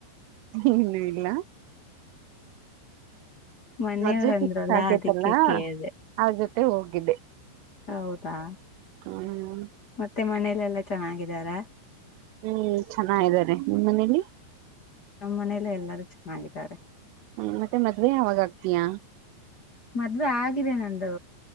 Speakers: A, on the right; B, on the left.
A: ಏನು ಇಲ್ಲ
B: ಮನೆಯವ್ರ
A: ಮದ್ವೆ ಫಿಕ್ಸ್
B: ಅಂದ್ರಲ್ಲ
A: ಆಗೈತಲ್ಲ
B: ಅದಕ್ಕೆ ಕೇಳ್ದೆ
A: ಆಗು ಟು ಹೋಗಿದ್ದೆ.
B: ಹೌದಾ
A: ಹ್ಮ್
B: ಮತ್ತೆ ಮನೇಲೆಲ್ಲಾ ಚೆನ್ನಾಗಿದ್ದಾರ?
A: ಹ್ಮ್ ಚೆನ್ನಾಗಿದ್ದಾರೆ ನಿಮ್ ಮನೇಲಿ
B: ನಮ್ಮ ಮನೇಲು ಎಲ್ಲರೂ ಚೆನ್ನಾಗಿದ್ದಾರೆ.
A: ಹ್ಮ ಮತ್ತೆ ಮದ್ವೆ ಯಾವಾಗಾಗ್ತಿಯಾ?
B: ಮದ್ವೇ ಆಗಿದೆ ನಂದು